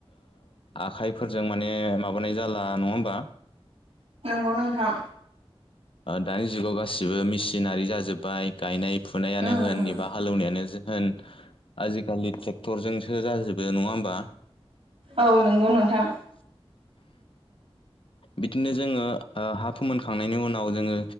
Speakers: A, on the left; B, on the right.
A: आखाइफोरजों माने माबानाय जाला नङा होमबा
B: नंगौ नोंथां
A: दानि जुगाव गासिबो मेसिनारि जाजोब्बाय गायनाय फुनायानो
B: उम
A: होन
B: उम
A: एबा हालौवनायानो ज आजिखालि ट्रेक्टरजोंसो जाजोबो नङा होमबा
B: औ नंगौ नोंथां
A: बिदिनो जोङो हा फोमोनखांनायनि उनाव जोङो